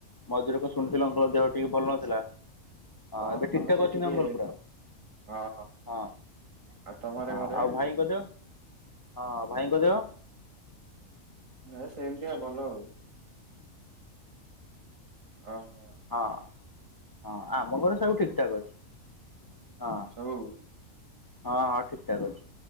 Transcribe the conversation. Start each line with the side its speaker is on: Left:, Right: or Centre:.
Left: ମଝିରେ କଣ ଶୁଣିଥିଲି ଅଙ୍କଲଙ୍କ ଦେହ ଟିକେ ଭଲ ନଥିଲା। ହଁ
Right: ଓ
Left: ଏବେ ଠିକ୍ ଠାକ୍
Right: ସେ
Left: ଅଛି
Right: ଟିକେ
Left: ନା ଅଙ୍କଲ ପୁରା
Right: ହଁ
Left: ହଁ
Right: ଆଉ ତମର
Left: ହଁ
Right: ଘରେ
Left: ଆଉ ଭାଇଙ୍କ ଦେହ ହଁ ଭାଇଙ୍କ ଦେହ?
Right: ହେ ସେମିତିଆ ଭଲ ଆଉ ଓହୋ
Left: ହଁ, ହଁ ଆମ ଘରେ ସବୁ ଠିକ୍ ଠାକ୍ ଅଛି ହଁ।
Right: ସବୁ
Left: ହଁ ହଁ ଠିକ୍ ଠାକ୍ ଅଛି।